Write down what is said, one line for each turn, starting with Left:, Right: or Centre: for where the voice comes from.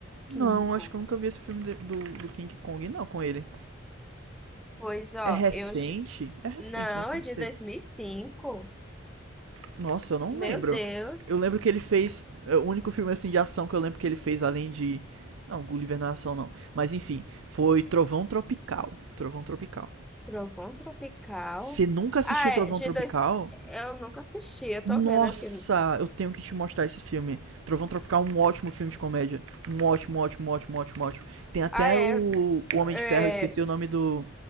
Right: Não,
Centre: King Kong.
Right: acho que eu nunca vi esse filme de- do, do King Kong, não, com ele.
Centre: Pois, ó,
Right: É recente?
Centre: eu... j-
Right: É recente,
Centre: Não,
Right: né? Tem
Centre: é
Right: que
Centre: de
Right: ser.
Centre: 2005.
Right: Nossa, eu não
Centre: Meu
Right: lembro.
Centre: Deus.
Right: Eu lembro que ele fez. é, O único filme assim de ação que eu lembro que ele fez além de. Não, Gulliver não é ação não. Mas enfim, foi Trovão Tropical. Trovão Tropical.
Centre: Trovão Tropical.
Right: Você nunca assistiu
Centre: Ah, é
Right: Trovão
Centre: de
Right: Tropical?
Centre: dois... Eu nunca assisti, eu tô
Right: Nossa,
Centre: vendo aqui.
Right: eu tenho que te mostrar esse filme. Trovão Tropical é um ótimo filme de comédia. Um ótimo, ótimo, ótimo, ótimo, ótimo. Tem até
Centre: Ah, é...
Right: o, o Homem
Centre: é,
Right: de Ferro, eu esqueci o nome do,